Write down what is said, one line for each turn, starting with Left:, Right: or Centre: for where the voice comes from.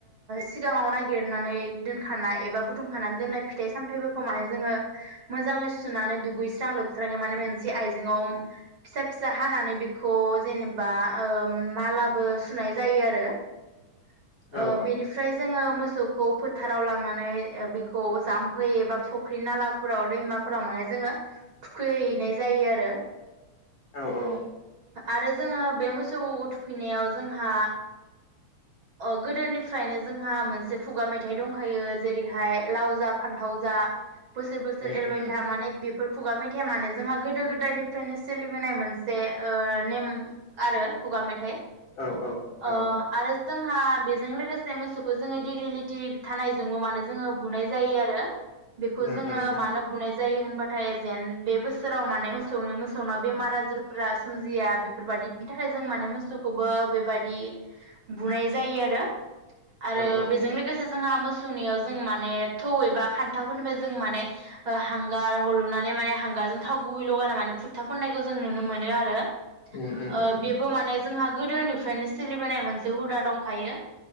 Right: सिगाङाव नागिरनानै दोनखानाय एबा बुथुमखानानै दोननाय फिथाइ सामथाइफोर खौ माने जोङो मोजाङै सुनानै दुगै स्रां लोबस्रां माने मोनसे आयज जेंआव फिसा फिसा हानानै बेखौ जेनेबा ओ मालाबो सुनाय जायो आरो ओ
Left: औ
Right: बेनिफ्राय जोङो मो सौखौ फोथाराव लांनानै बेखौ जामफै एबा फख्रि नाला फोराव दैमाफोराव माने जोङो थुखैहैनाय जायो आरो
Left: औ औ
Right: आरो जोङो बे मोसौ थुखैनायाव जोंहा ओ गोदोनिफ्रायनो जोंहा मोनसे खुगा मेथाइ दंखायो जेरैहाय लाव जा फान्थाव जा बोसोर बोसोर
Left: उम
Right: एरबाय
Left: उम
Right: था माने बेफोर खुगा मेथाइया मानो जोंहा गोदो गोदायनि फ्रायनो सोलिबोनाय मोनसे ओ। नेम आरो खुगा मेथाइ
Left: औ औ
Right: ओ
Left: औ
Right: आरो जों। हा बेजों लोगोसे मोसौखौ जोङो डिगलिटि थानायजों मानो जोङो बुनाय जायो आरो। खौ
Left: उम
Right: जोङो
Left: उम
Right: मानो बुनाय जायो होनबा थाय। जेन बे बोसोराव माने मोसौनि मोसौना बेमार आजिरफोरा। सोमजिया बेफोरबायदिनि थाखाय जों माने मोसौखौबो बेबायदि बुनाय जायो आरो। आरो
Left: औ औ
Right: बेजों लोगोसे जोंहा मो। सुनियाव जों माने थौ एबा खान्थाफोरनिफाय जों माने ओ हांगार हलुनानै माने हांगारजों थाव गुबै लगायना माने फुथ्था फुननायखौ जों नुनो मोनो आरो।
Left: उम उम
Right: ओ
Left: उम
Right: बेबो माने जोंहा गोदोनिफ्रायनो सोलिबोनाय मोनसे हुदा दंखायो